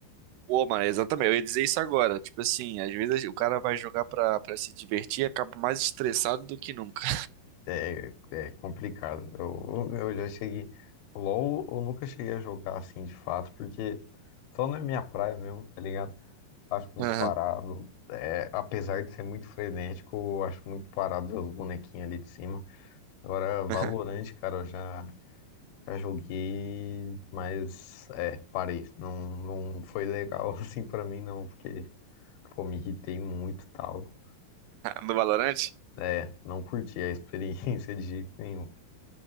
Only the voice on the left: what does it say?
É, é é complicado. Eu, eu já cheguei. LOL eu nunca cheguei a jogar assim de fato, porque só não é minha praia mesmo, tá ligado? Acho muito
parado. É, apesar de ser muito frenético, eu acho muito parado ver os bonequinhos ali de cima. Agora, Valorant,
cara, eu já, já joguei, mas é, parei. Não, não foi legal <laughs> assim pra mim, não, porque pô, me irritei muito e tal.
É, não curti a experiência <laughs> de jeito nenhum.